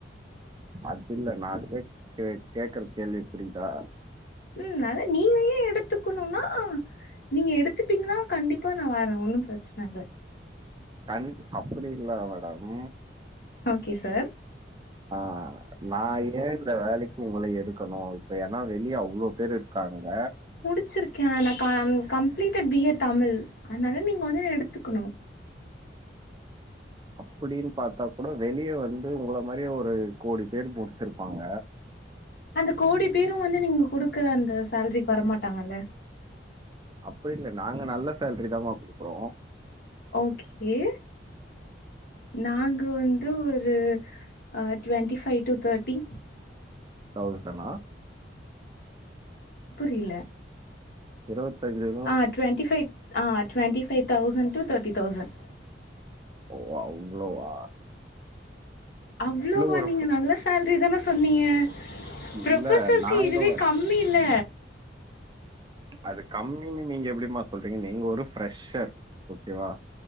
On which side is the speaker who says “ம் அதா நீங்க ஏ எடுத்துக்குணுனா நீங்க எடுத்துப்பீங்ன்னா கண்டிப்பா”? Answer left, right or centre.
Left